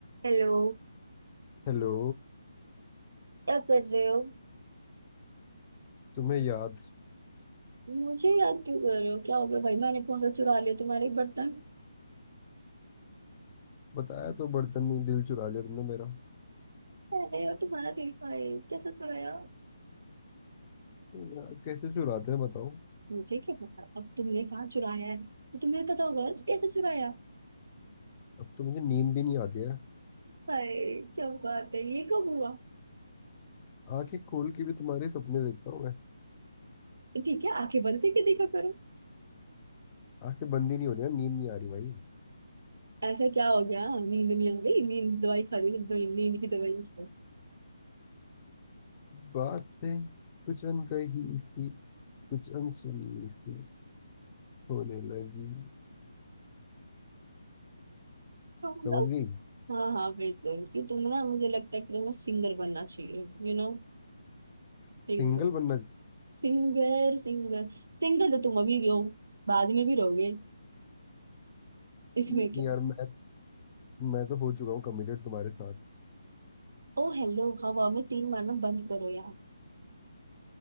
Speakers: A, on the right; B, on the left.
A: Hello
B: हेलो
A: क्या कर रहे हो
B: तुम्हें याद
A: मुझे याद क्यों कर रहे हो क्या हो गया भाई मैंने कौन सा चुरा लिया तुम्हारे बर्तन
B: बताया तो बर्तन नहीं दिल चुरा लिया तुमने मेरा
A: अरे यार तुम्हारा देखा है कैसे चुराया
B: यार कैसे चुराते हैं बताओ
A: मुझे क्या पता अब तुमने कहाँ चुराया है तो तुम्हें पता होगा कैसे चुराया
B: अब तो मुझे नींद भी नहीं आती है
A: हाय क्या बात है ये कब हुआ
B: आंखें खोल के भी तुम्हारे सपने देखता हूँ मैं
A: ठीक है आंखें बंद करके देखा करो
B: आंखें बंद ही नहीं हो रही ना नींद नहीं आ रही भाई
A: ऐसा क्या हो गया नींद नहीं आ गई नींद दवाई खा ली दवाई नींद की दवाई खाओ।
B: बातें कुछ अनकही सी कुछ अनसुनी सी होने लगी
A: तो मतलब
B: समझ गई
A: हाँ हाँ बिल्कुल कि तुम ना मुझे लगता है कि तुम्हें सिंगर बनना चाहिए You know
B: सिंगल
A: singer
B: बनना चाहिए।
A: Singer Singer सिंगर तो तुम अभी भी हो बाद में भी रहोगे इसमें
B: नहीं
A: क्या
B: यार मैं मैं तो हो चुका हूँ कमिटेड तुम्हारे साथ
A: ओ हेलो हवा में तीन मारना बंद करो यार